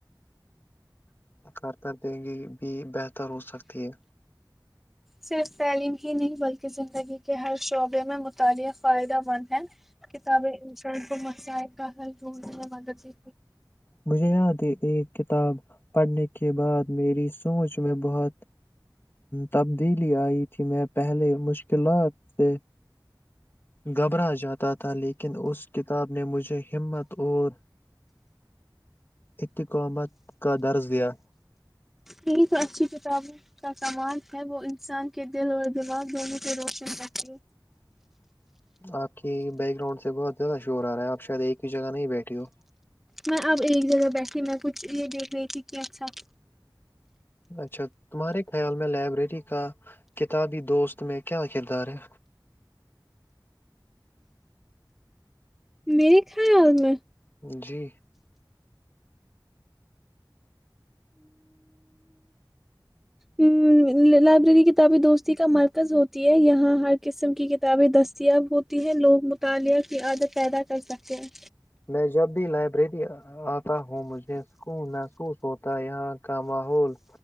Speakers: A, on the left (about 30°); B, in the centre.
A: کر کر گی بھی بہتر ہو سکتی ہے
B: صرف تعلیم ہی نہیں بلکہ زندگی کے ہر شعبے میں مطالعہ فائدہ مند ہے کتاب انسان کو مسائق کا حل بول میں مدد دی
A: مجھے یاد ہے ایک کتاب پڑھنے کے بعد میری سوچ میں بہت تبدیلی آئی تھی میں پہلے مشکلات سے گھبرا جاتا تھا لیکن اس کتاب نے مجھے ہمت اور اتقامت کا درج دیا
B: یہ تو اچھی کتابوں کا سمال ہے وہ انسان کے دل اور دماغ دونوں سے روشن کر ہے
A: آپ کی بیک گراؤنڈ سے بہت زیادہ شور آ رہا ہے آپ شاید ایک ہی جگہ نہیں بیٹھی ہو
B: میں اب ایک جگہ بیٹھی میں کچھ یہ دیکھ رہی تھی کہ اچھا
A: اچھا تمہارے خیال میں لائبریری کا کتابی دوست میں کیا کردار ہے
B: میرے خیال میں
A: جی
B: ہ لائبریری کتابیں دوستی کا مرکز ہوتی ہے یہاں ہر قسم کی کتابیں دستیاب ہوتی ہے لوگ مطالعہ کی عادت پیدا کر سکتے ہیں
A: میں جب بھی لائبریری آتا ہوں مجھے سکون محسوس ہوتا ہے، یہاں کا ماحول